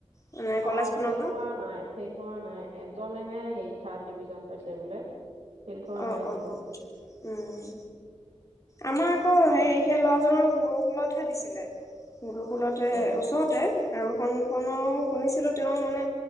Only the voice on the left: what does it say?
মানে কলেজখনৰ
পৰা
অ
অ
উম আমাক কোন সেই সেই ল'ৰাজক গুৰুকুলতহে দিছিলে। গুৰুকুলতে
ওচৰতে। আৰোহনখৰ ও শুনিছিলো তেওঁ মানে